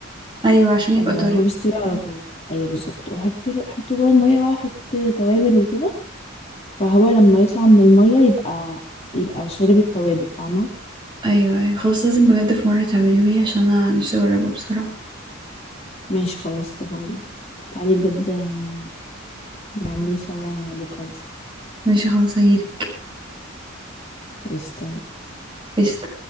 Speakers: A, on the right; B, on the left.
A: ايوه عشان يبقى
B: آه
A: طري
B: هو بيستوي على طول ايوه بالظبط واحط له احطه جوه الميه بقى احط توابل وكده فهو لما يطلع من الميه يبقى يبقى شارب التوابل فاهمه
A: ايوه ايوه خلاص لازم بجد في مره تعمليه عشان انا نفسي اجربه بصراحه
B: ماشي خلاص اتفقنا تعالي بجد آه، نعمله سوا بكره مثلا
A: ماشي خلاص هجيلك
B: قشطة.
A: قشطة